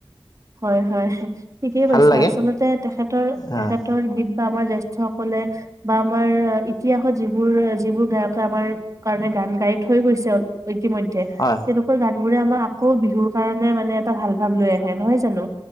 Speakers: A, on the right; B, on the left.
A: হয় হয় ঠিকেই
B: ভাল
A: কৈছা
B: লাগে
A: আচলতে তেখেত
B: অ',
A: তেখেতৰ বি বা আমাৰ জ্যেষ্ঠ সকলে বা আমাৰ ইতিহাসত যিবোৰ যিবোৰ গায়কে আমাৰ কাৰণে গান গাই থৈ গৈছে ইতিমধ্যে
B: হয়।
A: তেওঁলোকৰ গান বোৰে আমাৰ আকৌ বিহুৰ কাৰণে মানে এটা ভাল ভাব লৈ আহে নহয় জানো,